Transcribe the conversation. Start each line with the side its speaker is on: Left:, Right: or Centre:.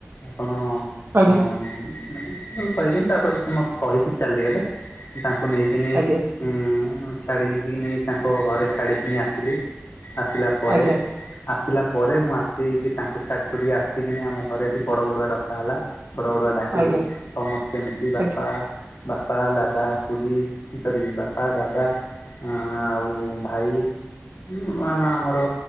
Left: ଆପଣ
Right: ଆଜ୍ଞା।
Left: ହୁଁ କହିକିନି ତାପରେ ସେ ମତେ କହିକି ଚାଲିଗଲେ ତାଙ୍କୁ ନେଇକିନି
Right: ଆଜ୍ଞା
Left: ଉଁ ଛାଡିକିନେ଼ଇ ତାଙ୍କ ଘରେ ଛାଡିକିନି ଆସିଲି ଆସିଲା ପରେ
Right: ଆଜ୍ଞା
Left: ଆସିଲା ପରେ ମୁଁ ଆସିକି ତାଙ୍କୁ ଛାଡି ଛୁଡିକି ଆସିକିନି ଆମ ଘରେ ଏଠି ବଡ ବଡୁଆ ଡକା ହେଲା। ବଡ ବଡୁଆ ଡାକିଲୁ
Right: ଆଜ୍ଞା
Left: ସମସ୍ତେ ମିଶି ବାପା
Right: ଆଜ୍ଞା
Left: ବାପା ଦାଦା ଖୁଡ଼ି ସରି ବାପା ଦାଦା ଆ ଆଉ ଭାଇ। ହଁ ମ ମ ଆମର